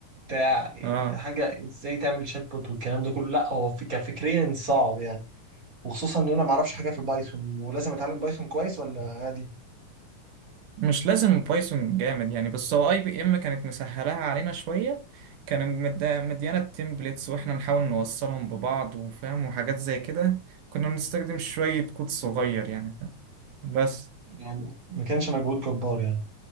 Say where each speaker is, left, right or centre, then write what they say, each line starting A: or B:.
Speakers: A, on the right; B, on the right.
A: بتاع يعني
B: اه
A: حاجه ازاي تعمل شات بوت والكلام ده كله لا هو فك- كفكريا صعب يعني وخصوصا ان انا ما اعرفش حاجه في البايثون ولازم اتعلم بايثون كويس ولا عادي
B: مش لازم بايثون جامد يعني بس هو اي بي ام كانت مسهلاها علينا شويه كان مد- مديانا التمبلتس واحنا نحاول نوصلهم ببعض وفاهم وحاجات زي كده كنا بنستخدم شويه كود صغير يعني فاهم بس
A: يعني ما كانش مجهود جبار يعني